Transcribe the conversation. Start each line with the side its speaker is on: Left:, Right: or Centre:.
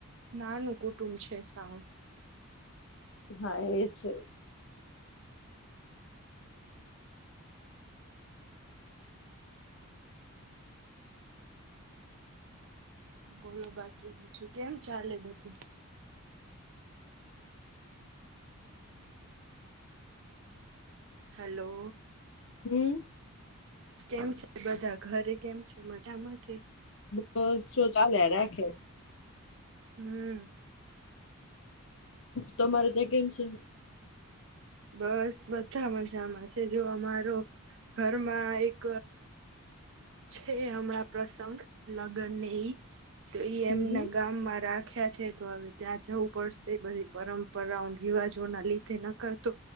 Right: નાનું કુટુંબ છે સાવ
Left: હા એ છે
Right: બોલો બાકી કે બીજું કેમ ચાલે બધું હેલો
Left: હમ
Right: કેમ છે એ બધા ઘરે કેમ છે મજામાં કે
Left: બસ જો ચાલે રાખે
Right: હમ
Left: તમારે ત્યાં કેમ છે
Right: બસ બધા મજામાં છે જો અમારો ઘરમાં એક છે હમણાં પ્રસંગ લગ્નને તો એમ
Left: હમ હમ
Right: ના ગામ મારા ખ્યા છે તો હવે ત્યાં જવું પડશે બી પરંપરાઓ રિવાજો ના લીધે નકર તો